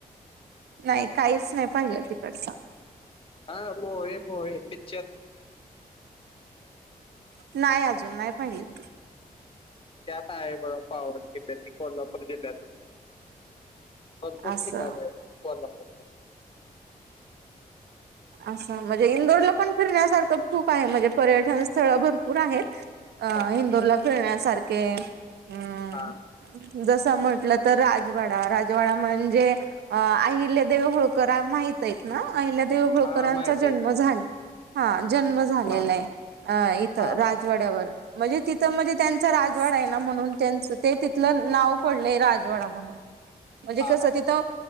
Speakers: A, on the right; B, on the left.
A: नाही काहीच तिकडच,
B: हा ब आहे ब आहे पिकच्चर,
A: नाही. अजून नाही पहिल.
B: त्यात आहे म पावन खिंड ती कोल्हापूर जिल्ह्यातून, भरपूर
A: असं
B: ठिकाणी आहे. कोल्हापूर
A: असं, म्हणजे इंदोरला पण फिरण्यासारखं खूप आहे म्हणजे, पर्यटन स्थळ भरपूर आहेत? अ,
B: हा
A: हिंदूरला फिरण्यासारखे अम्
B: हा
A: जसं म्हटलं, तर राजवाडा राजवाडा म्हणजे? अ, अहिल्या देव होळकर माहित आहेत. ना अहिल्या देव होळकरांचा
B: हा माहित आहे
A: जन्म झालेला आहे? जन्म झालेला
B: हा
A: आहे, अ इथ
B: हा
A: राजवाड्यावर म्हणजे तिथं म्हणजे त्यांचा राजवाड आह., ना म्हणून, त्यांच ते तिथलं नाव पडलंय राजवाडा म्हणून, म्हणजे,
B: हा
A: कसं
B: हा
A: तिथं